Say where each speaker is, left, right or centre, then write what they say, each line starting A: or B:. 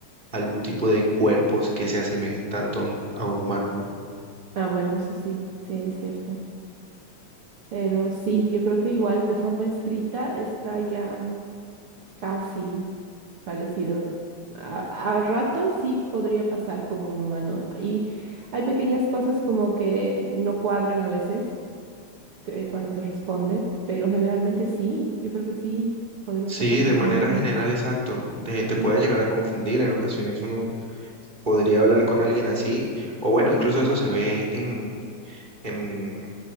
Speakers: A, on the right; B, on the right.
A: algún tipo de cuerpos que se asemejen tanto a un, a un humano, ¿no?
B: Ah, bueno, eso sí, sí, es cierto. Pero sí, yo creo que igual de forma escrita está ya mm, casi. parecido. A, a ratos sí podría pasar como un humano. Y hay pequeñas cosas como que no cuadran a veces que- cuando te responde, pero generalmente sí. Yo creo que sí podría
A: Sí,
B: pasar
A: de
B: por
A: manera
B: un humano.
A: general, exacto. Te, te puede
B: Ujú.
A: llegar a confundir en ocasiones uno podría hablar con alguien así, o bueno, incluso eso se ve en, en,